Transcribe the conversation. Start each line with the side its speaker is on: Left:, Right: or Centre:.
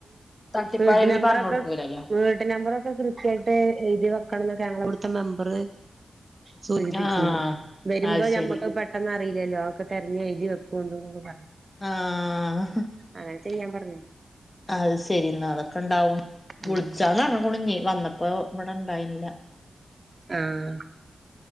Left: തട്ടിപ്പാ
Right: വീട്ട്
Left: കരുതി
Right: നമ്പറൊക്കെ
Left: പറഞ്ഞു കൊടുക്കൂലല്ലോ
Right: വീട്ട് നമ്പറൊക്കെ കൃതൃ ക്കായിട്ട് എഴുതി വെക്കണം എന്നൊക്കെ ഞങ്ങളെ ഇവിടുത്തെ മെമ്പറ് സൂചിപ്പിച്ചിരുന്നു
Left: ആഹ്
Right: വരുമ്പോ
Left: അത് ശരി
Right: ഞമ്മക്ക് പെട്ട പെട്ടെന്നറില്ലല്ലോ അതൊക്കെ തിരഞ്ഞു എഴുതി വെക്കൊണ്ട് പറഞ്ഞിരുന്നു
Left: ആഹ്
Right: അങ്ങനെ ചെയ്യാൻ പറഞ്ഞേ
Left: അത് ശരി എന്നാ അതൊക്കെ ഇണ്ടാവും വിളിച്ചാന്ന്
Right: ഉം
Left: പറഞ്ഞുകുണ് ഞ്ഞി വന്നപ്പോ ഇവിടെ ഇണ്ടായില്ല
Right: ആഹ്